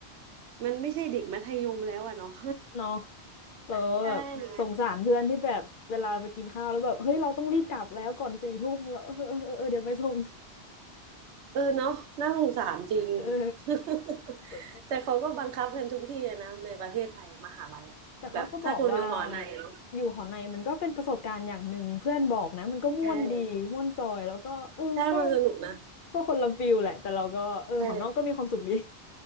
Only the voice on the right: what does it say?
มันไม่ใช่เด็กมัธยมแล้วอะเนาะ
<laughs> ใช่ เออเนาะน่าสงสารจริง
<laughs>
แต่เขาก็บังคับกันทุกที่อะนะในประเทศไทยอะมหาลัยอะแบบถ้าคุณอยู่หอในเนาะ
ใช่ใช่มันสนุกนะ
ใช่